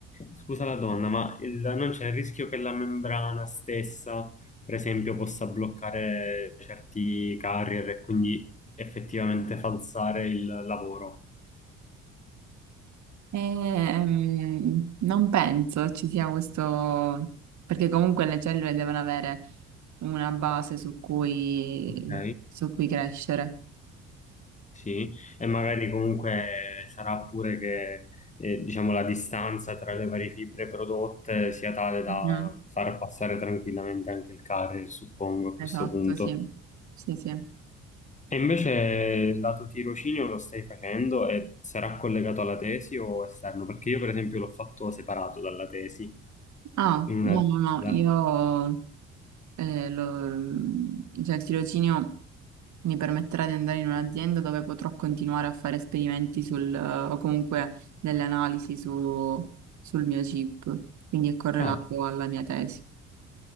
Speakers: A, on the left; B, on the right.
A: scusa la domanda, ma il- non c'è il rischio che la membrana stessa, per esempio, possa bloccare certi carrier e quindi effettivamente falsare il lavoro?
B: Ehm, non penso ci sia questo, perché comunque le cellule devono avere una base su cui,
A: Ok.
B: su cui crescere.
A: Sì, e magari comunque sarà pure che eh, diciamo la distanza tra le varie fibre prodotte sia tale da
B: Mm,
A: far passare tranquillamente anche il carrier, suppongo, a
B: esatto,
A: questo punto.
B: sì. Sì, sì.
A: E invece lato tirocinio lo stai facendo e sarà collegato alla tesi o esterno? Perché io per esempio l'ho fatto separato dalla tesi
B: Ah,
A: in una
B: no,
A: disciplina.
B: no, no, io eh, lo- mm, cioè il tirocinio mi permetterà di andare in un'azienda dove potrò continuare a fare esperimenti sul, o comunque delle analisi su- sul mio chip, quindi è correlato
A: Ah,
B: alla mia tesi.